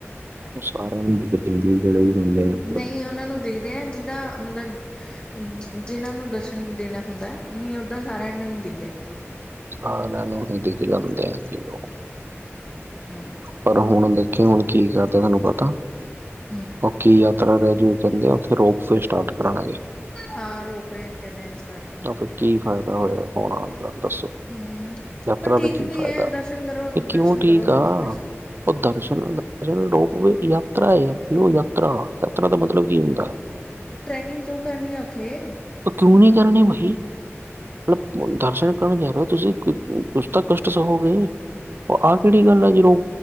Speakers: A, on the right; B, on the left.
A: ਉਹ ਸਾਰਾ <unintelligible> ਨੂੰ ਗੜੇ ਆਪਾ
B: ਨਹੀਂ ਉਹਨਾਂ ਨੂੰ ਦੇਖਦੇ ਹਾਂ, ਜਿੱਦਾਂ ਮਤਲਬ ਜਿਹਨਾਂ ਨੂੰ ਦਰਸ਼ਨ ਦੇਣਾ ਹੁੰਦਾ, ਨਹੀਂ ਓਦਾਂ ਸਾਰਿਆਂ ਨੂੰ ਨਹੀਂ ਦਿਖਦੇ।
A: ਸਾਰਿਆਂ ਨੂੰ ਹੀ ਦਿਖ ਜਾਂਦੇ ਹੈਗੇ ਉਹ।
B: ਹੂ।
A: ਪਰ ਹੁਣ ਦੇਖਿ ਹੁਣ ਕੀ ਕਰਦੇ ਤੁਹਾਨੂੰ ਪਤਾ,
B: ਹੂੰ
A: ਉਹ ਕੀ ਯਾਤਰਾ ਰਹਿ ਜੂ। ਜਾਂਦੇ ਆ ਉੱਥੇ ਰੋਪਵੇ ਸਟਾਰਟ ਕਰਣਾ ਜੀ।
B: ਹਾਂ, ਰੋਪੇ ਕਹਿੰਦੇ ਹ ਆ ਸਟਾਰਟ। ਕਰਨ ਨੂੰ।
A: ਆਪ ਫਿਰ ਕੀ ਫਾਇਦਾ ਹੋਇਆ ਔਣਾ ਦਾ ਦੱਸੋ।
B: ਹੂੰ,
A: ਯਾਤਰਾ
B: ਪਰ ਠੀਕ
A: ਦਾ ਕੀ
B: ਵੀ
A: ਫਾਇਦਾ।
B: ਐ ਦਰਸ਼ਨ ਕਰੋ,
A: ਇਹ ਕਿਉਂ
B: ਦਰਸ਼ਨ
A: ਠੀਕ
B: ਕਰੋ
A: ਆ?
B: ਤੇ ਵਾਪਿਸ
A: ਉਹ ਦਰਸ਼ਨ- ਦਸ਼ਨ ਰੋਕਵੇ, ਯਾਤਰਾ ਹੈ ਆ ਕਿ ਉਹ ਯਾਤਰਾ, ਯਾਤਰਾ ਦਾ ਮਤਲਬ ਕੀ ਹੁੰਦਾ। ਹੈ
B: ਟਰੈਕਿੰਗ ਕਿਉਂ ਕਰਨੀ ਆ ਉੱਥੇ?
A: ਆ ਤੂੰ ਨਹੀਂ ਕਰਨੀ ਬਾਈ। ਮਤਲ ਦਰਸ਼ਨ ਕਰਨ ਜਾਣਾ, ਤੁਸੀਂ ਕੁਛ ਤਾਂ ਕਸ਼ਟ ਸਹੋਗੇ। ਆਹ ਕਿਹੜੀ ਗੱਲ ਆ ਜ ਰੋ